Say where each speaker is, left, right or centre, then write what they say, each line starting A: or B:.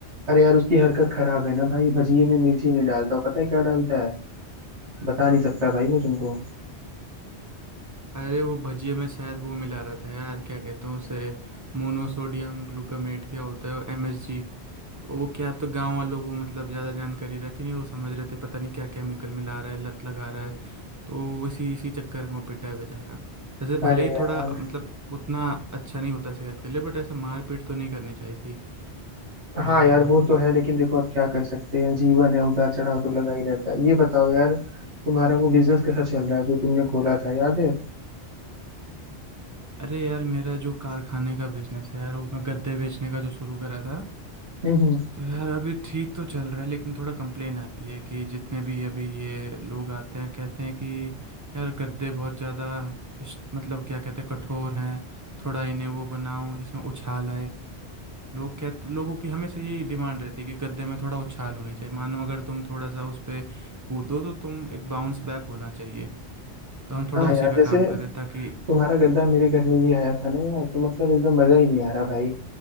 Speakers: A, on the right; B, on the right.
A: अरे यार उसकी हरकत खराब है ना भाई भजिए में मिर्ची नहीं डालता वो पता है क्या डालता है बता नहीं सकता भाई मैं तुमको
B: अरे वो भजिए में शायद वो मिला रहा था यार क्या कहते हैं उसे मोनोसोडियम ग्लूकामेट क्या होता है एमएसजी तो वो क्या तो गांव वालों को मतलब ज़्यादा जानकारी रहती नहीं वो समझ रहे थे पता नहीं क्या केमिकल मिला रहा है लत लगा रहा है तो इसी इसी चक्कर में वो पिटा है बेचारा जैसे भले
A: अरे
B: ही
A: यार
B: थोड़ा मतलब उतना अच्छा नहीं होता सेहत के लिए बट ऐसे मारपीट तो नहीं करनी चाहिए थी बेचारा
A: हाँ यार वो तो है लेकिन देखो अब क्या कर सकते हैं जीवन है उतार चढ़ाव तो लगा ही रहता है ये बताओ यार तुम्हारा वो बिजनेस कैसा चल रहा है जो तुमने खोला था याद है
B: अरे यार मेरा जो कारखाने का बिजनेस है यार वो मैं गद्दे बेचने का जो शुरू करा था
A: हम्म हम्म।
B: तो यार अभी ठीक तो चल रहा है लेकिन थोड़ा कंप्लेन आती है कि जितने भी अभी ये लोग आते हैं कहते हैं कि यार गद्दे बहुत ज़्यादा इस- मतलब क्या कहते हैं कठोर हैं थोड़ा इन्हें वो बनाऊं जिसमें उछाल आए लोग कहते लोगों की हमेशा यही डिमांड रहती है कि गद्दे में थोड़ा उछाल होनी चाहिए मानो अगर तुम थोड़ा सा उस पे कूदो तो तुम एक बाउंस बैक होना चाहिए तो हम थोड़ा
A: हाँ
B: उसी
A: यार
B: पे
A: जैसे
B: काम करें ताकि
A: तुम्हारा गद्दा मेरे घर में भी आया था ना यार तो मतलब एकदम मजा ही नहीं आ रहा भाई